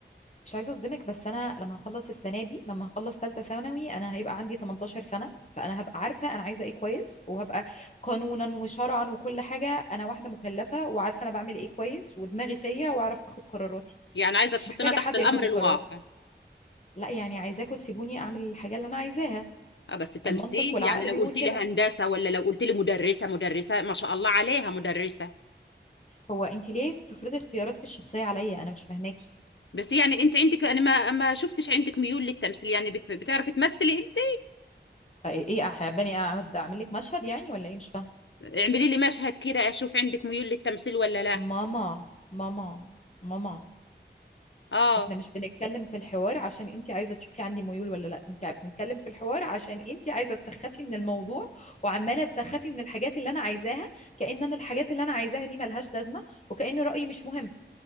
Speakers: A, on the left; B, on the left.
A: مش عايزه اصدمك بس انا لما هخلص السنه دي لما هخلص ثالثه ثانوي انا هيبقى عندي 18 سنه فانا هبقى عارفه انا عايزه ايه كويس وهبقى قانونا وشرعا وكل حاجه انا واحده مكلفه وعارفه انا بعمل ايه كويس ودماغي فيا واعرف اخد قراراتي
B: يعني عايزه
A: مش
B: تحطنا
A: محتاجه
B: تحت
A: حد
B: الامر
A: ياخد لي
B: الواقع
A: قرارات لا يعني عايزاكم تسيبوني اعمل الحاجه اللي انا عايزاها
B: اه بس تمثيل
A: المنطق والعقل
B: يعني لو
A: بيقول
B: قلت
A: كده
B: لي هندسه ولا لو قلت لي مدرسه مدرسه ما شاء الله عليها مدرسه
A: هو انت ليه بتفرضي اختياراتك الشخصيه عليا انا مش فاهماكي
B: بس يعني انت عندك انا ما ما شفتش عندك ميول للتمثيل يعني بت... بتعرفي تمثلي انت
A: ايه حاباني اقعد اعمل لك مشهد يعني ولا ايه مش فاهمه
B: اعملي لي مشهد كده اشوف عندك ميول للتمثيل ولا لا
A: ماما ماما ماما
B: اه
A: احنا مش بنتكلم في الحوار عشان انت عايزه تشوفي عندي ميول ولا لا انت بنتكلم في الحوار عشان انت عايزه تسخفي من الموضوع وعماله تسخفي من الحاجات اللي انا عايزاها كأن انا الحاجات اللي انا عايزاها دي ملهاش لازمه وكأن رأيي مش مهم